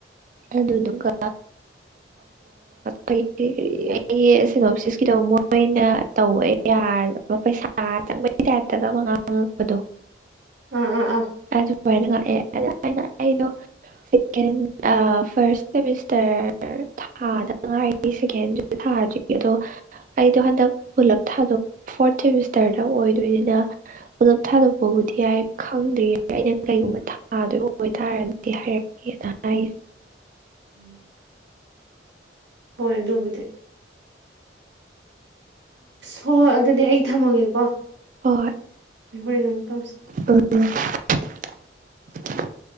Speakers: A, on the right (about 45°); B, on the right (about 75°).
A: ꯑꯗꯨꯗꯨꯒ ꯀꯔꯤ ꯀꯔꯤ ꯀꯔꯤ ꯑꯩꯒꯤꯅꯣꯁꯤꯁꯀꯤꯗꯣ ꯃꯣꯏꯅ ꯇꯧꯕ ꯌꯥꯔ꯫ ꯄꯩꯁꯥ ꯆꯪꯕꯒꯤ ꯇꯥꯏꯞꯇꯗ ꯃ ꯉꯥꯡꯉꯛꯄꯗꯣ
B: ꯑꯥ ꯑ ꯑꯥ
A: ꯑꯗꯨ ꯌꯥꯝꯅ ꯉꯥꯛꯑꯦ ꯑꯩꯅ ꯑꯩꯗꫭ꯫ ꯁꯦꯀꯦꯟ ꯐꯥꯔꯁ ꯁꯦꯃꯤꯁꯇꯔ꯫ ꯊꯥꯗꯉꯥꯏꯔꯤ ꯁꯦꯀꯦꯟꯗ꯭ꯔꯤꯗ ꯊꯥꯗ꯭ꯔꯤ ꯑꯗꯣ꯫ ꯑꯩꯗꯣ ꯍꯟꯗꯛ ꯄꯨꯂꯞ ꯊꯥꯗꯣꯛ ꯐꯣꯔꯠ ꯁꯦꯃꯤꯁꯇꯔꯗ ꯑꯣꯏꯗꯣꯏꯅꯤꯅ ꯄꯨꯂꯞ ꯊꯥꯗꯣꯛꯄꯕꯨꯗꯤ ꯌꯥꯏ ꯈꯪꯗꯔ꯭ꯤ ꯑꯩꯅ ꯀꯩꯒꯨꯝꯕ ꯊꯥꯗꯣꯏꯕ ꯑꯣꯏꯇꯥꯔꯗꯤ ꯍꯥꯏꯔꯛꯀꯦꯅ ꯍꯥꯏꯒꯤꯕꯅꯦ
B: <unintelligible> ꯍꯣꯏ ꯑꯗꯨꯕꯨꯗꯤ ꯍꯣ ꯍꯣꯏ ꯑꯗꯨꯗꯤ ꯑꯩ ꯊꯝꯃꯒꯦꯀꯣ
A: ꯍꯣꯏ
B: ꯍꯤꯔꯦꯟ ꯑꯃꯨꯛ ꯇꯧꯁꯤ
A: <unintelligible>